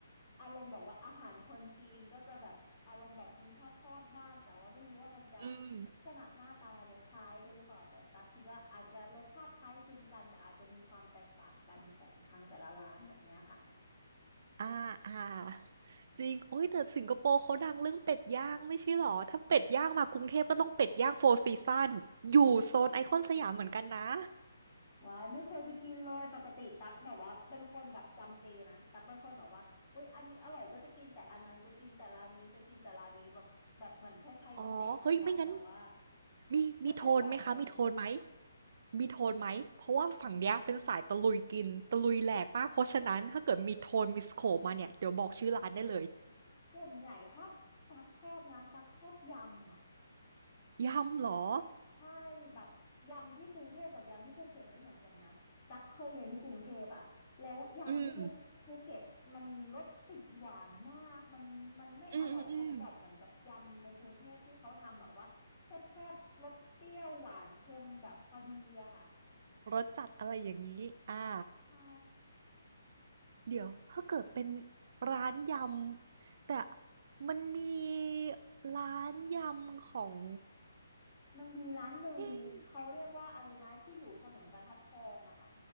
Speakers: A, on the left; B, on the right.
A: อารมณ์แบบว่าอาหารคนจีนก็จะแบบอารมณ์แบบมีทอดทอดบ้างแต่ว่าไม่รู้ว่ามันจะลักษณะหน้าตาเนี่ยคล้ายกันหรือเปล่าแต่ตักคิดว่าอาจจะรสชาติคล้ายคลึงกันแต่อาจจะมีความแตกต่างกันของทางแต่ละร้านแบบเนี้ยค่ะ
B: อืม อ่า <laughs> อ่าจริงโอ้ยแต่สิงคโปร์เขาดังเรื่องเป็ดย่างไม่ใช่หรอถ้าเป็ดย่างมากรุงเทพก็ต้องเป็ดย่างโฟร์ซีซันอยู่โซนไอคอนสยามเหมือนกันนะ
A: วายไม่เคยไปกินเลยปกติตักแบบว่าเป็นคนแบบจำเจนะตักเป็นคนแบบว่าอุ๊ยอันนี้อร่อยก็จะกินแต่อันนั้นจะกินแต่ร้านนี้จะกินแต่ร้านนี้แบบแบบเหมือนคล้ายๆเหมือนเด็กเหมือนกันแบบว่า
B: อ๋อเฮ้ยไม่งั้นมีมีโทนไหมคะมีโทนไหม
A: ไม่ค่อยลองอะไรใหม่
B: มีโทนไหมเพราะว่าฝั่งเนี้ยเป็นสายตะลุยกินตะลุยแหลกมากเพราะฉะนั้นถ้าเกิดมีโทนมีสโคปมาเนี่ยเดี๋ยวบอกชื่อร้านได้เลย
A: ๆส่วนใหญ่ถ้าตักชอบนะตักชอบยำอ่ะ
B: ยำเหรอ
A: ใช่แบบยำที่กรุงเทพกับยำที่ภูเก็ตไม่เหมือนกันนะตักเคยเรียนที่กรุงเทพอะแล้วยำที่ภูภูเก็ตมันรสติดหวานมากมันมันไม่อร่อยกลมกล่อมเหมือนกับยำในกรุงเทพที่เขาทำแบบว่าแซ่บแซ่บรสเปรี้ยวหวานเค็มแบบพอดีอะค่ะ
B: อืมอืมอืมอืมรสจัดอะไรอย่างนี้อ่า
A: ใช่
B: เดี๋ยวถ้าเกิดเป็นร้านยำแต่มันมีร้านยำของ
A: มันมีร้านหนึ่งเขาเรียกว่าอะไรนะที่อยู่ถนนบรรทัดทองอะค่ะ
B: เอ๊ะ